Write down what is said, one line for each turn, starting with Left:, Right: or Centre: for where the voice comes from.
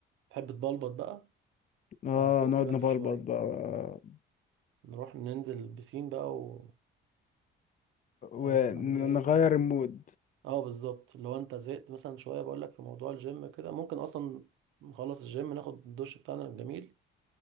Right: تحب تبلبط بقى
Left: اه
Right: فهنفك
Left: نقعد
Right: بقى
Left: نبلبط
Right: فيه شوية
Left: بقى
Right: نروح ننزل البسين بقى و آه،
Left: ونغير
Right: يعني ايه
Left: المود
Right: اه بالظبط لو انت زهقت مثلا شويه بقول لك في موضوع الجيم كده ممكن اصلا نخلص الجيم ناخد الدش بتاعنا الجميل